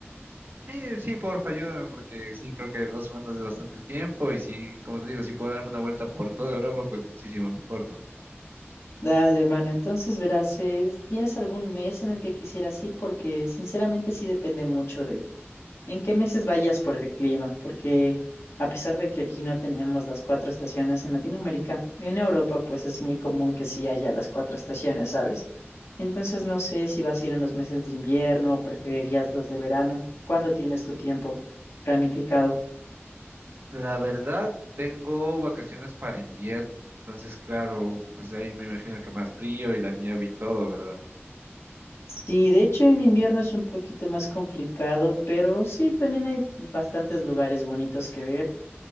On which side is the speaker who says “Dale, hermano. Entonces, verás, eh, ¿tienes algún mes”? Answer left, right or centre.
Left